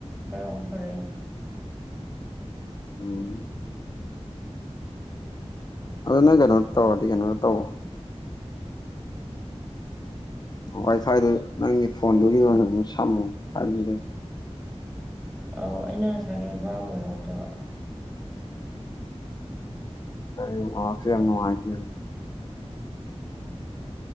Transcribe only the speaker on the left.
ꯎꯝ ꯑꯗꯨ ꯅꯪ ꯀꯩꯅꯣ ꯇꯧꯔꯗꯤ ꯀꯩꯅꯣ ꯇꯧ ꯋꯥꯏ ꯐꯥꯏꯗꯨ ꯅꯪꯒꯤ ꯐꯣꯟꯗꯨꯒꯤ ꯑꯣꯏꯅ ꯁꯨꯝ ꯁꯝꯃꯨ ꯍꯥꯏꯕꯤꯔꯦ
ꯑꯩ ꯅꯦꯋꯥꯛꯁꯦ ꯌꯥꯝ ꯅꯨꯡꯉꯥꯏꯇꯦꯕ